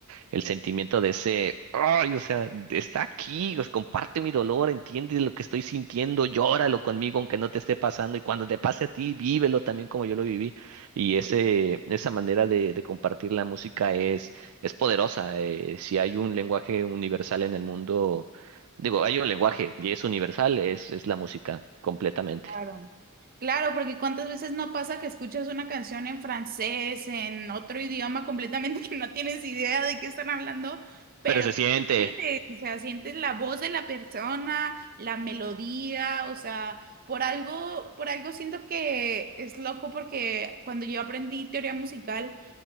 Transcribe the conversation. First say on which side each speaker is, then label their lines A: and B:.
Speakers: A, on the right; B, on the right.
A: el sentimiento de ese, ay, o sea, está aquí, pues, comparte mi dolor, entiende lo que estoy sintiendo, llóralo conmigo aunque no te esté pasando y cuando te pase a ti, vívelo también como yo lo viví. Y ese, esa manera de, de compartir la música es, es poderosa. eh, si hay un lenguaje universal en el mundo, digo, hay un lenguaje y es universal, es, es la música completamente.
B: Claro. Claro, porque cuántas veces no pasa que escuchas una canción en francés, en otro idioma completamente <laughs> que no tienes idea de qué están hablando, pero
A: Pero se siente.
B: sientes, o sea, sientes la voz de la persona, la melodía, o sea, por algo, por algo siento que es loco porque cuando yo aprendí teoría musical